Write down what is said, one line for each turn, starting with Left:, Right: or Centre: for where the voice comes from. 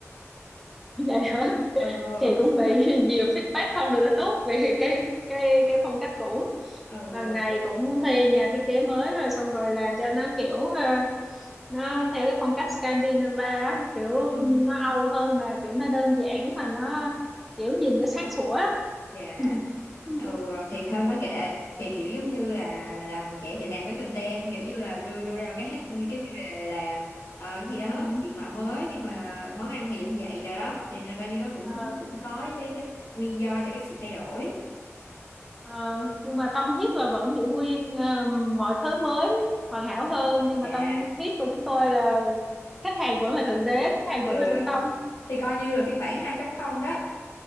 Centre: <laughs> vậy hả
Left: ừ
Centre: chị cũng
Left: sớm
Centre: bị <laughs> nhiều feedback không được tốt về cái cái cái phong cách cũ
Left: ừ
Centre: lần này cũng thuê nhà thiết kế mới rồi xong rồi làm cho nó kiểu ờ, nó theo cái phong cách Scandinavia á, kiểu
Left: Ừ. <laughs>
Centre: nó Âu hơn mà kiểu nó đơn giản mà nó kiểu nhìn nó sáng sủa
Left: dạ
Centre: <laughs> ừ
Left: ừ thì thôi nói kệ thì kiểu giống như là làm vậy thì làm cái content kiểu như là đưa đưa ra cái hết cái chủ đề là ờ, gì đó
Centre: ừ
Left: diện mạo mới nhưng mà món ăn thì vẫn vậy rồi đó thì nó coi như nó cũng
Centre: Ờ,
Left: cũng có cái cái nguyên do cho cái sự thay đổi
Centre: Ờ, nhưng mà tâm huyết là vẫn giữ nguyên ờ, mọi thứ mới hoàn hảo hơn nhưng
Left: dạ
Centre: mà tâm huyết của chúng tôi là khách hàng vẫn là thượng đế khách hàng
Left: ừ
Centre: vẫn là trung tâm
Left: thì coi như là phiên bản hai chấm không đó